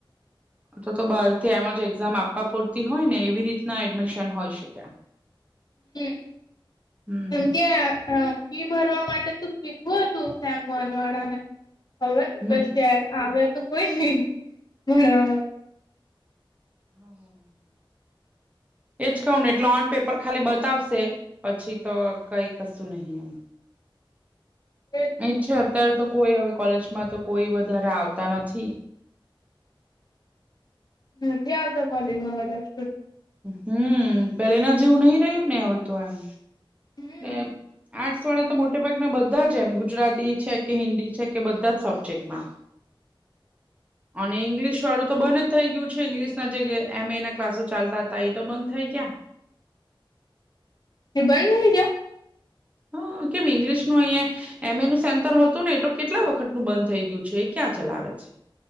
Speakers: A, on the right; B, on the left.
A: તો તો બાર થી એમ જ એક્ઝામ આપવા પડતી હોય ને એવી રીતના એડમિશન હોય શકે ક.
B: હમ્મ
A: હમ
B: એમકે આ ફી ભરવા માટે તો કીધું હતું સેમવાન વાળાને ખબર ને
A: હમ
B: પછી ત્યા આવ્યા તો કોઈ નહી ભણવા માટે.
A: હા હા એજ કહ ને એટલે ઓન પેપર ખાલી બતાવશે પછી તો કઈ કશું નહી એમ
B: એ.
A: અ છે અત્યારે તો કોઈ હવે કોલેજમાં તો કોઈ વધારે આવતા નથી
B: નથી આવતા કોલેજમાં વધારે સ્ટુડન્ટ.
A: હમ્મ પેલે ના જેવું નહી રહ્યું ને હોય તો એમ
B: હમ
A: એ આજ આર્ટસ વાળ તો મોટા ભાગના બધા જ એમ ગુજરાતી છે કે હિન્દી છે કે બધા જ સબ્જેક્ટમાં અને ઇંગ્લિશ વાળું તો બંધ જ થઇ ગયું છે ઇંગ્લિશ ના જે એમ એ ના ક્લાસો ચાલતા હતા એ તો બંધ થઈ ગયા
B: એ બંધ રહે ગયા.
A: હ કેમ ઇંગ્લિશ નું અય. એમ એ નનું સેન્ટર હતું ને એ તો કેટલા વખતનું બંધ થઈ ગયું છે એ ક્યાં ચલાવે છે